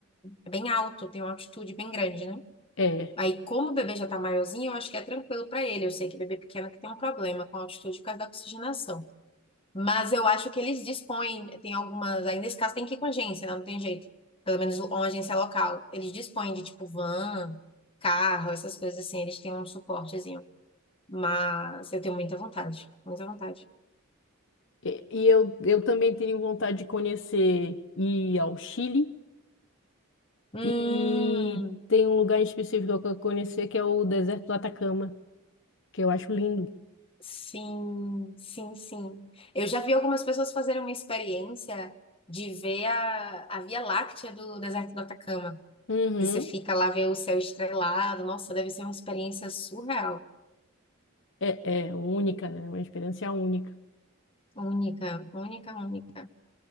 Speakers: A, on the left; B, on the left.
A: é bem alto, tem uma altitude bem grande, né?
B: É.
A: Aí, como o bebê já tá maiorzinho, eu acho que é tranquilo para ele. Eu sei que bebê pequeno que tem um problema com a altitude por causa da oxigenação. Mas eu acho que eles dispõem, tem algumas, aí nesse caso tem que ir com agência, né? Não tem jeito. Pelo menos uma agência local. Eles dispõem de tipo van, carro, essas coisas assim, eles têm um suporte mas eu tenho muita vontade, muita vontade.
B: E e eu, eu também tenho vontade de conhecer ir ao Chile
A: Hum,
B: e tem um lugar em específico que eu quero conhecer que é o deserto do Atacama, que eu acho lindo.
A: sim, sim, sim. Eu já vi algumas pessoas fazerem uma experiência de ver a, a Via Láctea do deserto do Atacama.
B: Uhum.
A: E Você fica lá, vê o céu estrelado. Nossa, deve ser uma experiência surreal.
B: É, é única, né? Uma experiência única.
A: Única, única, única.